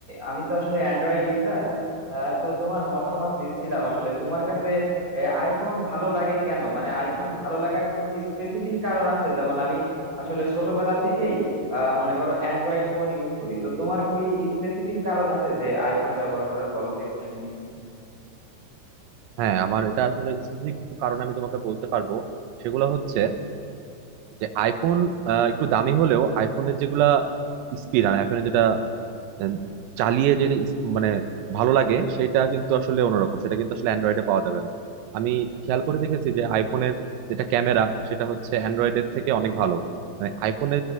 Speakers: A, on the right (about 15°); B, on the right (about 80°).
A: আমি তো আসলে অ্যান্ড্রয়েড ইউজার তো তোমার মতামত নিচ্ছিলাম আসলে তোমার কাছে আইফোন ভালো লাগে কেন মানে আইফোন ভালো লাগার কোনো কি স্পেসিফিক কারণ আছে যেমন আমি আসলে ছোটবেলা থেকেই আহ, মনে করো অ্যান্ড্রয়েড ফোন ইউজ করি তো তোমার কি স্পেসিফিক কারণ আছে যে আইফোন ব্যবহার করার বলো তো একটু শুনি
B: হ্যাঁ আমার এটা আসলে স্পেসিফিক কিছু কারণ আমি তোমাকে বলতে পারবো সেগুলো হচ্ছে যে আইফোন আহ, একটু দামি হলেও আইফোনের যেগুলা স্পিড আর আইফোনে যেটা আহ, চালিয়ে যেটা ইস- মানে ভালো লাগে সেটা কিন্তু আসলে অন্যরকম সেটা কিন্তু আসলে অ্যান্ড্রয়েডে পাওয়া যাবে না আমি খেয়াল করে দেখেছি যে আইফোনের যেটা ক্যামেরা সেটা হচ্ছে অ্যান্ড্রয়েডের থেকে অনেক ভালো মানে আইফোনে